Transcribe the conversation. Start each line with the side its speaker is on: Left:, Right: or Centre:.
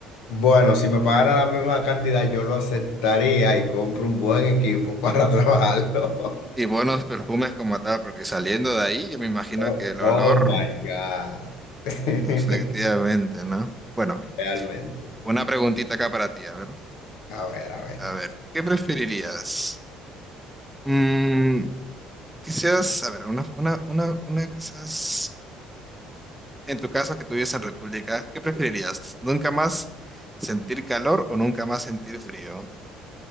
Left: Bueno, si me pagaran la misma cantidad, yo lo aceptaría y compro un buen equipo para <laughs> trabajarlo.
Centre: Y buenos perfumes como tal, porque saliendo de ahí, yo me imagino
Left: Oh,
Centre: que el
Left: oh
Centre: olor,
Left: my God. <laughs>
Centre: efectivamente, ¿no? Bueno,
Left: Realmente.
Centre: una preguntita acá para ti, a ver.
Left: A ver, a ver.
Centre: A ver, ¿qué preferirías? Mm, quizás, a ver, una, una, una, una quizás, en tu caso que tú vives en República, ¿qué preferirías? ¿Nunca más sentir calor o nunca más sentir frío?